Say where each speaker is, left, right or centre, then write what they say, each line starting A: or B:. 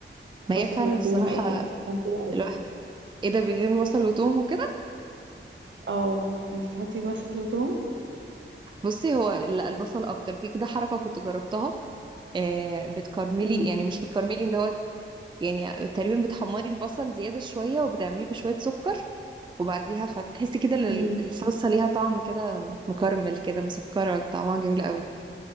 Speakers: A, on the right; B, on the right.
A: بحط
B: ما هي
A: بصل
B: فعلا
A: ولا توم
B: الصراحة
A: ولا اي حاجه بحبها كده قوي
B: الواحد ايه ده بيعمل بصل وتوم وكده
A: اه وانتي بتحطي بصل وتوم
B: بصي هو لا البصل اكتر في كده حركة كنت جربتها آه بتكرملي
A: امم
B: يعني مش بتكرملي اللي هو يعني تقريبا بتحمري البصل زيادة شوية وبتعمليه بشوية سكر وبعديها فبتحسي كده ال-
A: امم
B: الصلصة ليها طعم كده مكرمل كده مسكرة طعمها جميل قوي